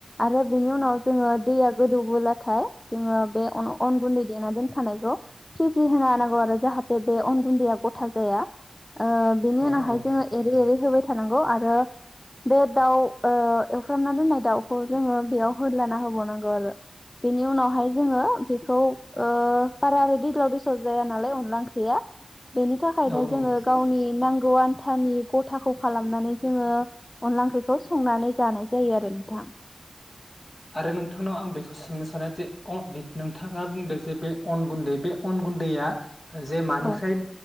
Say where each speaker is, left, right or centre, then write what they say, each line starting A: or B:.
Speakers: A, on the left; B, on the left.
A: आरो बेनि उनाव जोङो दैया गोदौबोब्लाथाय जोङो बे अन गुन्दै देना दोनखानायखौ फ्रि फ्रि होना होनांगौ आरो जाहाथे बे अन गुन्दैया गथा जाया ओ बिनि
B: औ
A: उनाव हाय
B: औ
A: एरै एरै होबाय थांनांगौ आरो बे दाउ ओ एफ्रामना दोननाय दाउखौ जोङो बेयाव होदलाना होबावनांगौ आरो बेनि उनावहाय जोङो बेखौ ओ बारा दैज्लाव दैस्लाव जाया नालाय अनला ओंख्रैया थाखायनो
B: औ
A: जोङो
B: औ
A: गावनि नांगौ आन्थानि गथाखौ खालामनानै जोङो अनला ओंख्रिखौ संनानै जानाय जायो आरो नोंथां।
B: आरो नोंथांनाव आं बेखौ सोंनो सानो जे नोंथाङा बुंदों जे बे अन गुन्दै बे अन गुन्दैया जे मानिखाय
A: औ